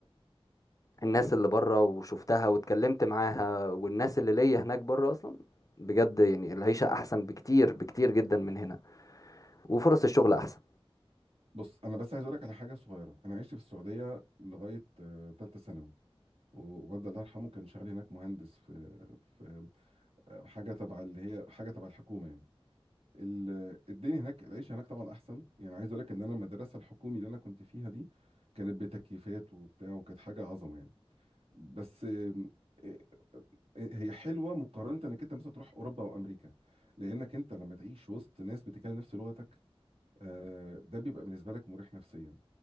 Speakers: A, on the left; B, on the right.
A: الناس اللي بره وشفتها واتكلمت معاها والناس اللي ليا هناك بره اصلا بجد يعني العيشة احسن بكتير بكتير جدا من هنا وفرص الشغل احسن
B: بص انا بس عايز اقول لك على حاجة صغيرة انا عشت في السعودية لغاية آه، تالتة ثانوي ووالدي الله يرحمه كان شغال هناك مهندس في في آه، حاجة تبع اللي هي حاجة تبع الحكومة يعني ال- الدنيا هناك العيش هناك طبعا احسن يعني عايز اقول لك ان انا المدرسة الحكومي اللي انا كنت فيها دي كانت بتكييفات وبتاع وكانت حاجة عظمة يعني بس آم، آه، آه، هي حلوة مقارنة انك انت مثلا تروح اوروبا او امريكا لانك انت لما تعيش وسط ناس بتتكلم نفس لغتك آه، ده بيبقى بالنسبه لك مريح نفسيا